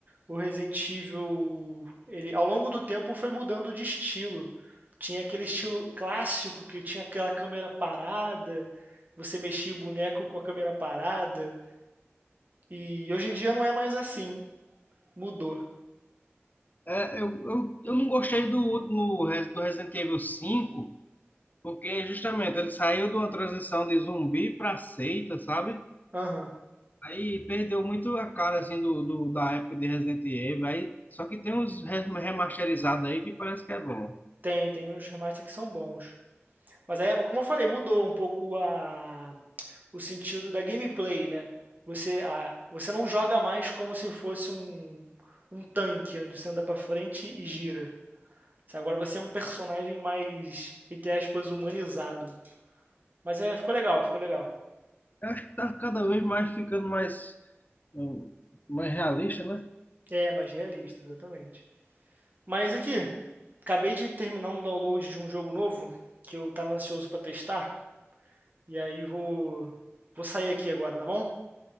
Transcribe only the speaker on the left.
É, eu, eu, eu não gostei do último Res- do Resident Evil 5, porque justamente ele saiu de uma transição de zumbi pra seita, sabe?
Aí perdeu muito a cara assim do, do- da época de Resident Evil. Aí, só que tem uns re- remasterizados aí que parece que é bom.
Eu acho que tá cada vez mais ficando mais, um, mais realista, né?